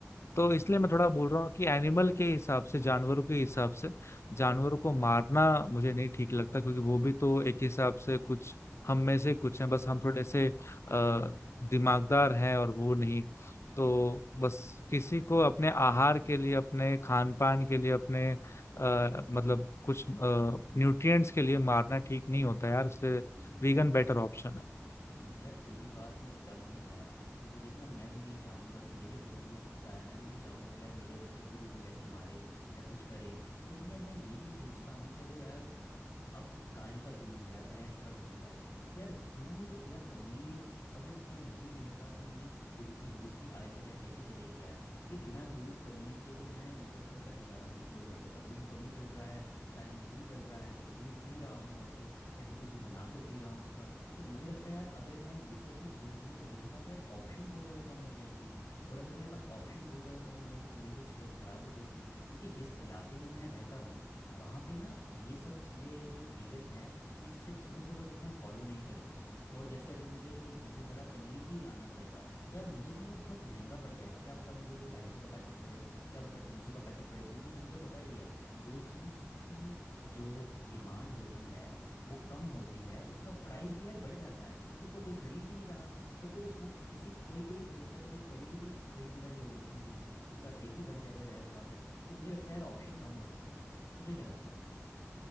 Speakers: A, on the left; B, on the left.
A: हम्म
B: तो इसलिए मैं थोड़ा बोल रहा हूँ कि एनिमल के हिसाब से जानवरों के हिसाब से जानवरों को मारना मुझे नहीं ठीक लगता क्योंकि वो भी तो एक हिसाब से कुछ हम में से कुछ हैं बस हम थोड़े से आ, दिमागदार हैं और वो नहीं तो बस किसी को अपने आहार के लिए अपने खान पान के लिए अपने आ, मतलब कुछ न्यूट्रिएंट्स के लिए मारना ठीक नहीं होता यार इससे
A: हम्म,
B: वीगन बेटर ऑप्शन है
A: हम्म, यार तेरी बात में दम तो है क्योंकि देखना मैं भी नहीं चाहूँगा कि मेरे घर में भी एक कुत्ता है मैं भी नहीं चाहूँगा कि यार मेरे बच्चे को भी कोई ऐसे मारे या कुछ करे लेकिन यार मैं ये भी सोचता हूँ चलो यार अब गाय का दूध है या भैंस का दूध है तो यार दूध या पनीर अगर मुझे नहीं मिलेगा तो मेरी दिन की रोज़ की आयचर्या कैसी चलेगी यार क्योंकि बिना दूध पनीर के तो मैं मुझे लगता है मेरा गुजारा मुश्किल हो जाएगा सब्जी में पनीर डल रहा है चाय में दूध डल रहा है कभी दूध पी रहा हूँ ऐसे या फिर कुछ भी बनाकर पी रहा हूँ उसका तो मुझे लगता है यार अगर मैं ये सब भी छोड़ दूंगा तो मेरे पास यार ऑप्शन बहुत ज़्यादा कम हो जाएंगे और अगर मेरे पास ऑप्शन बहुत ज़्यादा कम हो जाएंगे तो मेरी तो सेहत ख़राब हो जाएगी क्योंकि जिस इलाके में मैं रहता हूँ वहाँ पे ना ये सब चीज़ें जो वीगन है इस सब चीज़ों को लोग इतना फॉलो नहीं करते हैं और जैसे अगर मुझे कोई वीगन वाला पनीर भी लाना पड़ेगा तो यार मुझे ना वो बहुत महंगा पड़ जाएगा क्या पता मुझे वो ढाई सौ का पैकेट पड़े क्या पता तीन सौ का पैकेट पड़े क्योंकि तुझे तो पता ही है जो चीज़ की जो डिमांड होती है वो कम होती है उसका प्राइस भी यार बढ़ जाता है क्योंकि उसको कोई खरीद ही नहीं रहा तो फिर उस वो किसी कोई कोई खरीदता तो फिर कभी कभी खरीदने वाले लोग रखेंगे उसका रेट भी बढ़ जाएगा जायज़ बात है तो मुझे लगता है यार ऑप्शन कम हो जाते हैं इस पे तुझे क्या लगता है